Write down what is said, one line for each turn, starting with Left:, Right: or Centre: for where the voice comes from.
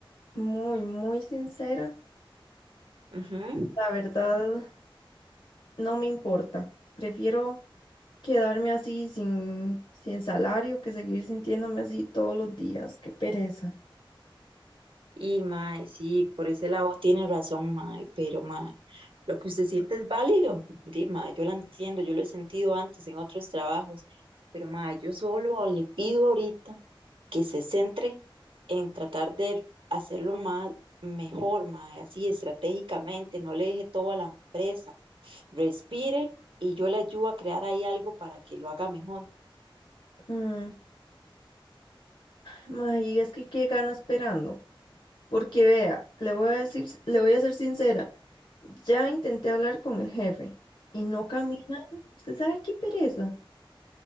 Left: muy, muy sincera,
Right: Ujú.
Left: la verdad no me importa. Prefiero quedarme así sin, sin salario que seguir sintiéndome así todos los días. Qué pereza.
Right: Y mae, sí, por ese lado tiene razón, mae, pero mae, lo que usted siente es válido. Di, mae, yo la entiendo, yo lo he sentido antes en otros trabajos, pero mae, yo solo le pido ahorita que se centre en tratar de hacerlo más mejor, mae, así estratégicamente, no le deje todo a la empresa. Respire y yo le ayudo a crear ahí algo para que lo haga mejor.
Left: Mm, Mae, es que qué gano esperando. Porque vea, le voy a decir, le voy a ser sincera. Ya intenté hablar con el jefe y no camina. ¿Usted sabe qué pereza?